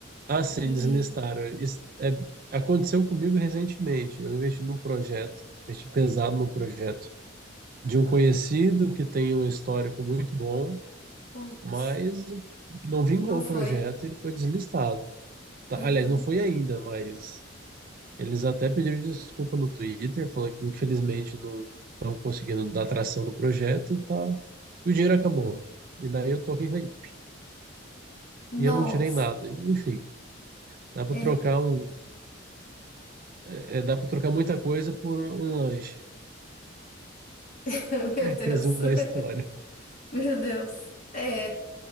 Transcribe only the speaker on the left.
E,
putz,
não
foi.
Aham.
Nossa,
é.
<laughs> Meu
Deus.
<laughs> Meu Deus. É.